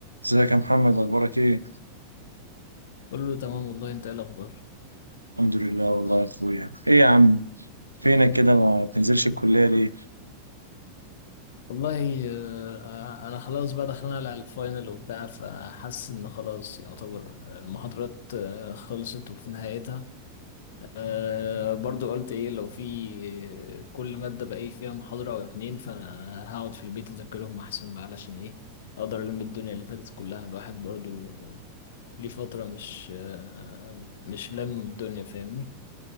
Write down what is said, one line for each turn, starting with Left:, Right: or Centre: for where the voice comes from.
Right: ازيك يا محمد اخبارك ايه
Left: بقول له تمام والله انت ايه الاخبار
Right: الحمد لله والله يا اخويا ايه يا عم فينك كده ما بتنزلش الكليه ليه
Left: والله آه، انا خلاص بقى داخلين على الفاينل وبتاع فحاسس ان خلاص يعتبر المحاضرات آه، خلصت وفي نهايتها آه، برضو قلت ايه لو في آه، كل مادة بقى ايه فيها محاضرة او اتنين فانا هقعد في البيت اذاكرهم احسن بقى علشان ايه اقدر الم الدنيا اللي فاتت كلها الواحد برضو ليه فترة مش آه، مش لم الدنيا فاهمني